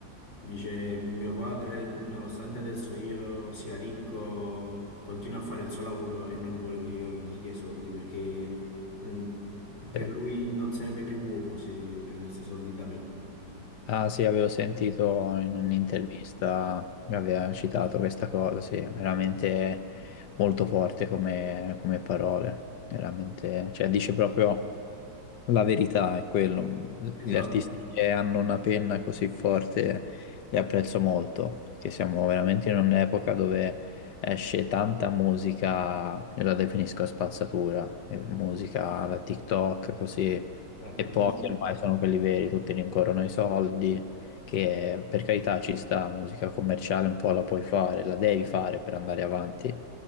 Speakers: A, on the left; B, on the left.
A: dice mio padre, nonostante adesso io sia ricco, continua a fare il suo lavoro e non vuole che io gli dia i soldi perché mm, per
B: veramente.
A: lui non sarebbe più uomo se prendesse soldi da me.
B: Ah sì, avevo sentito in
A: Mm.
B: un'intervista che aveva citato questa cosa, sì, veramente molto forte come, come parole, veramente, cioè dice proprio la verità, è quello. Gli
A: Esatto,
B: artisti che hanno una penna così forte li apprezzo molto, perché siamo veramente in un'epoca dove esce tanta musica, io la definisco a spazzatura, eh, musica da TikTok, così
A: D'accordo.
B: E pochi ormai sono quelli veri, tutti rincorrono i soldi, che per carità ci sta, musica commerciale un po' la puoi fare, la devi fare per andare avanti.